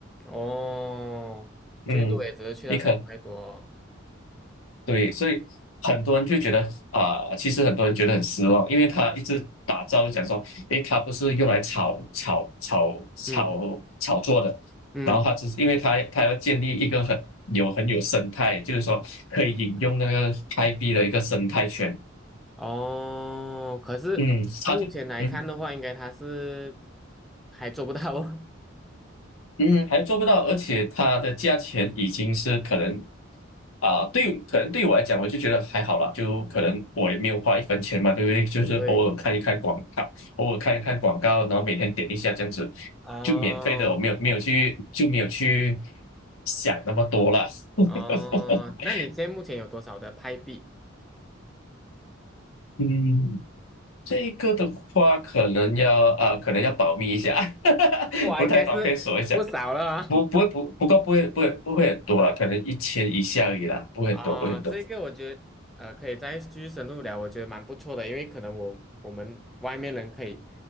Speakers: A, in the centre; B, on the left.
A: 哦，
B: 嗯，
A: 最多也只是去到三块多哦，
B: 一颗。对，所以很多人就觉得啊、其实很多人觉得很失望，因为他一直打造就讲说，诶，他不是用来炒炒炒炒炒作的，
A: 嗯嗯。
B: 然后他只是因为他他要建立一个很有很有生态，就是说可以引用那个开辟的一个生态圈，
A: 哦，可是目前来看的话，
B: 嗯，他就嗯
A: 应该他是还做不到。<laughs>
B: 嗯，还做不到，而且它的价钱已经是可能啊、对，可能对我来讲，我就觉得还好啦，就可能我也没有花一分钱嘛，对不对？就是偶尔看一看广告，
A: 对，
B: 偶尔看一看广告，然后每天点一下这样子，
A: 哦
B: 就免费的，我没有没有去就没有去想那么多啦。<laughs>
A: 哦，那你现在目前有多少的派币？
B: 嗯，这个的话可能要啊、可能要保密一下，<laughs>
A: 哇，
B: 不太方便说一下。
A: 应该是不少了啊。
B: 不不会不不过不会不会不会很多了，
A: <laughs>
B: 可能一千以下而已啦，不会很多不会很多，
A: 哦，这个我觉得呃，可以再继续深入聊，我觉得蛮不错的，因为可能我我们外面人可以